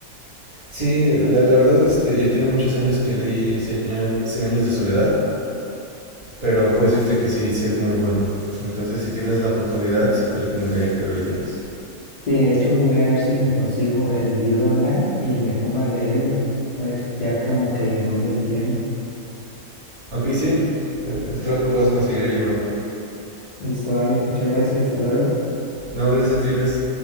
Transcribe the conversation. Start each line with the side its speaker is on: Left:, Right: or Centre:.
Right: Sí, la, la verdad, este, ya tiene muchos años que leí Cien años Cien años de soledad. Pero puedo decirte que sí, sí es muy bueno. Entonces, si tienes la oportunidad, sí te recomendaría que lo leyeras.
Left: Sí, de hecho voy a ver si me consigo el libro online y me pongo a leerlo. Entonces, ya como que me voy despidiendo.
Right: Ok, sí. eh, Espero que puedas conseguir el libro.
Left: Listo, vale, muchas gracias, hasta luego.
Right: No, gracias a ti, Luis.